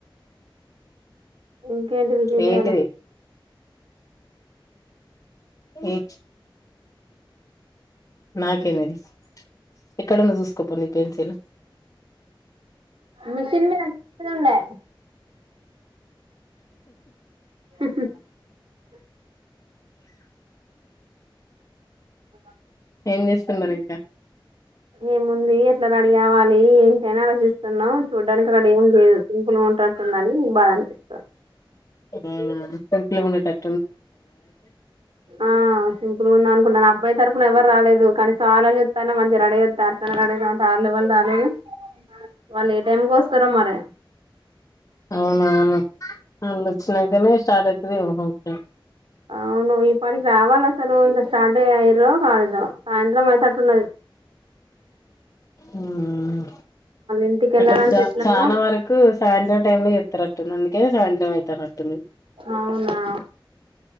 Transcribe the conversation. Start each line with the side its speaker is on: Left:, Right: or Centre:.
Right: ఇంకేంటి విశేషాలు
Left: ఏంటిది ఏం నాకేదాండి ఎక్కడుందొ చూసుకోపో నీ పెన్ తిన్న
Right: మిషన్ మీదే అక్కడే ఉండే ఉహ్ హ నువ్
Left: ఏం చేస్తున్నారు ఇంకా
Right: ఏముముంది ఎట్లా రడీ కావాలి ఏంటి అని ఆలోచిస్తున్నాం. చూడ్డానికి అక్కడ ఏం లేదు సింపులుగ్ ఉ ఉంటుందని బాద అనిపిస్తుంది.
Left: అవున సింపుల్ గా ఉండేటట్
Right: ఆ సింపుల్ ఉందా అనుకుంటాన అబ్బాయి తరపు పూనా ఎవరు రాలేదు. కానీ స్నానం చేత్తన్నా మంచిగా రడేవత్ అట్లా రడే అంట వాళ్ళ వాళ్ళు రాలేదు. వాళ్ళు ఏ టైం కోస్తారో మరే
Left: అవున అవును అళ్ళు వచ్చిన్నాంకనే స్టార్ట్ అయితదేమో ఫంక్షన్
Right: అవును ఇపాటికి రావాలి అసలు ఇంక స్టార్ట్ అయయిరో కాలేదొ సాయంత్రం అయితేట్టున్నది.
Left: ఉహ్మ్
Right: ఇంటికి వెళ్ళాలంటే
Left: అక్కడ చ
Right: ఎట్లనో
Left: చానా వరకు సాయంత్రం టైం లో చెతారు అట్టుంది. అందుకే సాయంత్రం అయితారు అటుంది.
Right: అవునా